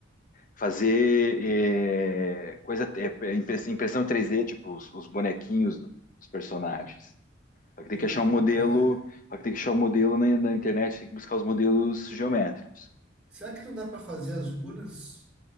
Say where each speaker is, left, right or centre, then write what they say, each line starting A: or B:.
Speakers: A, on the left (about 40°); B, in the centre.
A: fazer é, coisa, é, impressão impressão 3D, tipo os, os bonequinhos do- dos personagens. Só que
B: Sim,
A: tem que achar um modelo,
B: cara.
A: só que tem que achar um modelo na, na internet, tem que buscar os modelos geométricos.
B: Será que não dá para fazer as runas